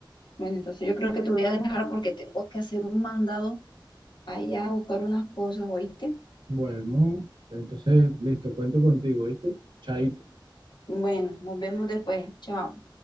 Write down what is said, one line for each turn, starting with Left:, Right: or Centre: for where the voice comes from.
Left: Bueno, entonces yo creo que te voy a dejar porque tengo que hacer un mandado allá a buscar unas cosas, ¿oíste?
Right: bueno, entonces listo, cuento contigo, ¿viste? Chaito.
Left: Bueno, nos vemos después. Chao.